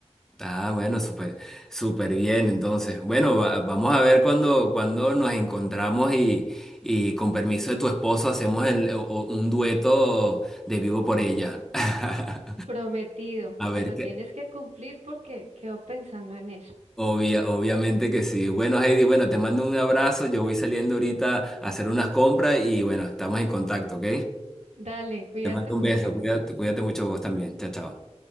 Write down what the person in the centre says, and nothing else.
Ah, bueno, súper, súper bien. Entonces, bueno, va- vamos a ver cuando, cuando nos encontramos y, y con permiso de tu esposo hacemos el- o- o un dueto de Vivo por ella. <laughs>
A ver
qué.
Obvia- obviamente que sí. Bueno, Heidi, bueno, te mando un abrazo. Yo voy saliendo ahorita a hacer unas compras y bueno, estamos en contacto, ¿ok?
Te mando
un beso. Cuídate, cuídate mucho vos también. Chao, chao.